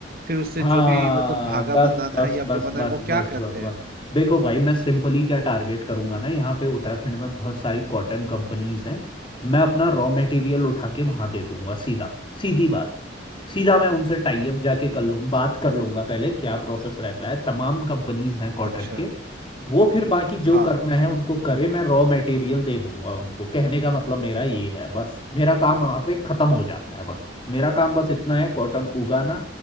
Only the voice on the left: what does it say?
हाँ
बस
बस
बस
बस
बस
बस
बस देखो भाई मैं सिंपली क्या टारगेट करूंगा ना यहाँ पे उत्तराखंड में बहुत सारी कॉटन कंपनीज हैं मैं अपना रॉ मटेरियल उठा के वहां दे दूंगा सीधा सीधी बात सीधा मैं उनसे टाई अप जाके कर लूँ बात कर लूंगा पहले क्या प्रोसेस रहता है तमाम कंपनीज हैं कॉटन
के वो फिर बाकी जो
करना है उनको करे मैं रॉ मटेरियल दे दूंगा उनको कहने का मतलब मेरा ये है बस मेरा काम वहां पे खत्म हो जाता है बस मेरा काम बस इतना है कॉटन उगाना